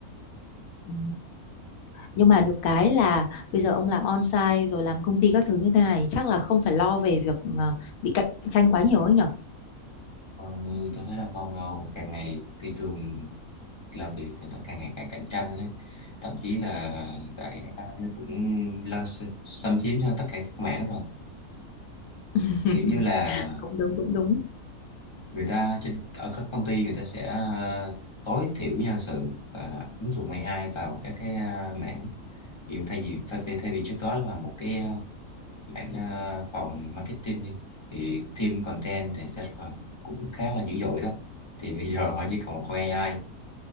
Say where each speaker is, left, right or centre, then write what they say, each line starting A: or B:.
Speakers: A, on the left; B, on the left.
A: Ừ. Nhưng mà được cái là bây giờ ông làm on-site rồi làm công ty các thứ như thế này chắc là không phải lo về việc ờ, bị cạnh tranh quá nhiều ấy nhở?
B: Còn có thể là còn vào càng ngày thị trường làm việc thì nó càng ngày càng cạnh tranh ấy. Thậm chí là hiện tại AI nó cũng lo s- xâm chiếm cho tất cả các mảng rồi
A: <laughs>
B: kiểu như là
A: Cũng đúng, cũng đúng.
B: người ta trên ở các công ty người ta sẽ ờ, tối thiểu nhân sự và ứng dụng AI vào các cái ờ, mảng ví dụ thay vì thay vì thay vì trước đó là một cái ờ, mảng ờ, phòng marketing đi thì team content thì sẽ là cũng khá là dữ dội đó thì bây giờ họ chỉ còn một con AI